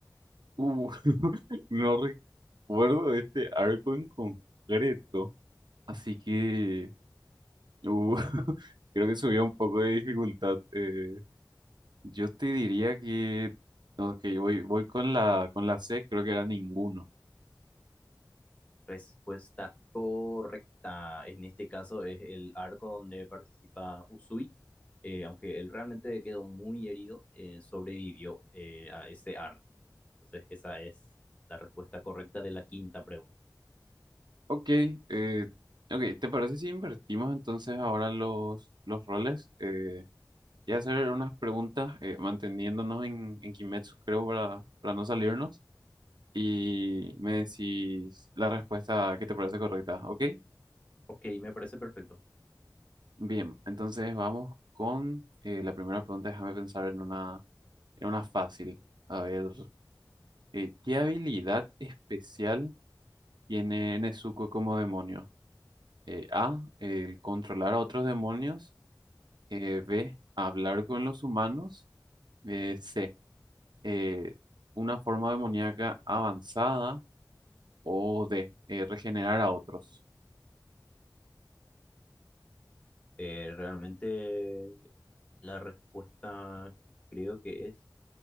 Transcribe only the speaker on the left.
Respuesta correcta. En este caso es el arco donde participa Usui. eh, aunque él realmente quedó muy herido, eh, sobrevivió eh, a ese arco. Entonces, esa es la respuesta correcta de la quinta pregunta.
Ok, me parece perfecto.
Eh, realmente la respuesta que creo que es,